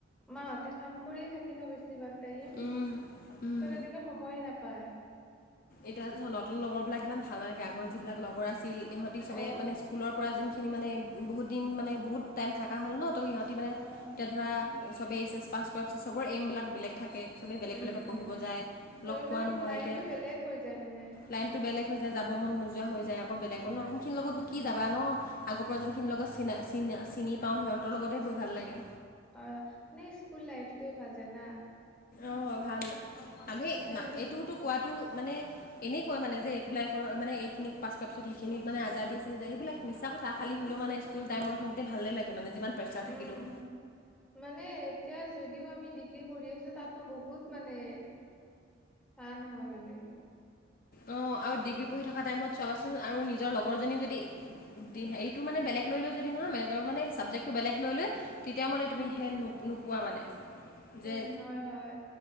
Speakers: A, in the centre; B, on the left (about 45°).
A: মাহতে কাম কৰি থাকে ন বেছি বেছিভাগ টাইম
B: উম
A: তো
B: উম
A: তেনেকৈ সময়ে নাপায়।
B: এতিয়া নতুন লগৰ বিলাক ইমান ভাল নালাগে আগৰ যিবিলাক লগৰ আছিল ইহঁতি চবে
A: অ'
B: মানে স্কুলৰ পৰা যোনখিনি মানে বহুত দিন মানে বহুত টাইম থকা হ'ল ন তো সিহঁতি মানে
A: হয়
B: এতিয়া
A: হয়
B: ধৰা চবেই এইচ এছ পাছ কৰা পিছে চবৰ এইমবিলাক বেলেগ থাকে। চবেই বেলেগ
A: উম
B: বেলেগত
A: উম
B: পঢ়িব যায়
A: চবে
B: লগ পোৱা
A: মানে
B: নহয়
A: লাইনটো
B: এতিয়া।
A: বেলেগ হৈ যায় মানে।
B: লাইনটো বেলেগ হৈ যায় যাব মন নোযোৱা হৈ যায়, আকৌ বেলেগৰ
A: হয়
B: নতুন খিনিৰ লগতো কি যাবা ন? আগৰ পৰা
A: উম
B: যোন খিনি
A: উম
B: লগত চিনা চিনা চিনি পাওঁ সিহঁতৰ লগতে গৈ ভাল লাগে।
A: হয় হয় মানে স্কুল লাইফটোৱে ভাল জানা।
B: অ ভাল মানুহে
A: মানে
B: এইটোতো কোৱাটো মানে এনেই কোৱা মানে যে এইটো লাইফৰ মানে এইখিনিক পাছ কৰাৰ পিছত সেইখিনিত মানে আজাৰ দি আছে যে এইবিলাক <unintelligible> মিছ কথা খাল
A: উম
B: হ'লেও মান স্কুল টাইমখিনতে ভাল লাগে। মানে যিমান প্ৰেছাৰ থাকিলোঁ।
A: উম মানে এতিয়া যদিও আমি ডিগ্ৰী পঢ়ি আছো তাতো বহুত মানে টান হয় মানে
B: অ আৰু ডিগ্ৰী পঢ়ি থকা টাইমত চাবাচোন আৰু নিজৰ লগৰজনী যদি এইটো মানে বেলেগ লৈ লও যদি হা মেজৰ মানে চাবজেক্টটো বেলেগ লৈ লৈ তেতিয়া মানে
A: উম
B: তুমি সেই নো নোপোৱা মানে <unintelligible> যে
A: উম হয় হয়